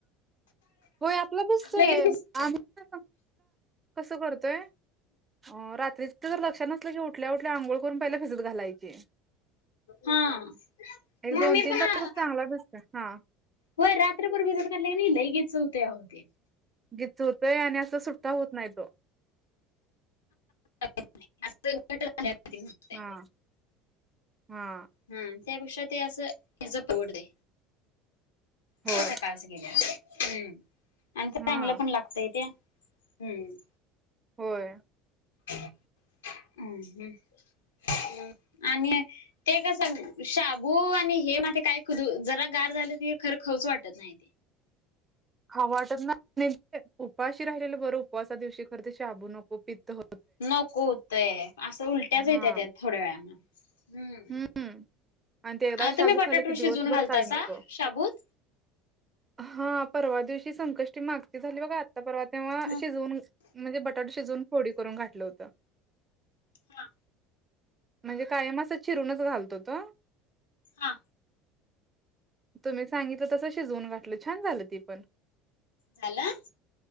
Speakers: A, on the right; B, on the left.
A: होय आपलं बसतोय
B: लगेच भिजतोय
A: आम्ही कसं करतोय अ रात्रीच जर लक्षात नसलं की उठल्या उठल्या आंघोळ करून पहिले फिसत घालायचे.
B: हा मग
A: एक दोन
B: मी
A: तीन
B: पण
A: तासात चांगला भिजतोय हा
B: होय रात्रभर भिजत घातल कि नाही लयु गीच होतेय आवो.
A: घिचवतोय आणि असं सुट्टा होत नाही तो.
B: <unintelligible>
A: हा हा
B: हा त्यापेक्षा ते असं हेचं पोट दे
A: होय.
B: सकाळचे <unintelligible> हम्म आणि ते
A: हा
B: चांगलं पण लागतय ते हम्म.
A: होय.
B: हम् हम. आणि, ते कस शाबू आणि हे मधे काय जरा गार झालं त खरं खऊच वाटत नाही.
A: खावा वाटत ना उपाशी राहिलेलं बरं उपवासा दिवशी खर ते शाबू नको पित्त हो
B: नको ते असं उलट्याच येत्या
A: हा
B: त्या थोड्या वेळान हम्म.
A: हम्म आणि ते एकदा
B: अ
A: शाबू
B: तुम्ही बटाटो
A: खाल्लं की
B: शिजून
A: दिवसभर
B: घालतासा
A: काही नको
B: शाबूत?
A: हा परवा दिवशी संकष्टी मागती झाली बघा आत्ता परवा तेव्हा
B: हा
A: शिजवून म्हणजे, बटाटा शिजून फोडी करून घातलं होतं
B: हा
A: म्हणजे कायमासच चिरूनच घालतो त
B: हा
A: तुम्ही सांगितलं तसं शिजवून घातलं छान झालं ती पण.
B: झालं.